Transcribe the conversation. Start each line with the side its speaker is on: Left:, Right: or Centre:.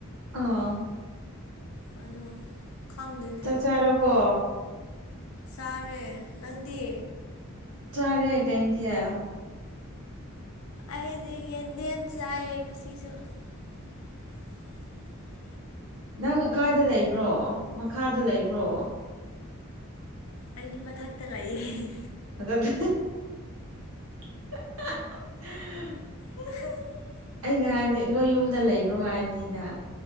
Right: ꯑꯥ
Left: ꯑꯗꯣ ꯈꯪꯗꯦꯅꯦ
Right: ꯆꯥ ꯆꯥꯔꯕꯣ
Left: ꯆꯥꯔꯦ ꯅꯪꯗꯤ
Right: ꯆꯔꯦ ꯀꯩ ꯊꯌꯥ
Left: ꯑꯩꯗꯤ ꯌꯦꯟꯗꯦꯝꯦꯝ ꯆꯥꯏꯌꯦ ꯉꯁꯤꯁꯨ <inaudible>
Right: ꯅꯪ ꯀꯀꯥꯏꯗ ꯂꯩꯕ꯭ꯔꯣ ꯃꯈꯥꯗ ꯂꯩꯕ꯭ꯔꯣ
Left: ꯑꯩꯅꯤ ꯃꯊꯛꯇ ꯂꯥꯛꯑꯦ
Right: ꯑ ꯑꯗꯨ <inaudible>
Left: <inaudible>
Right: ꯑꯩꯅ ꯍꯥꯏꯕꯗꯤ ꯅꯣꯏ ꯌꯨꯝꯗ ꯂꯩꯕ꯭ꯔꯣ ꯍꯥꯏꯕꯅꯤꯗ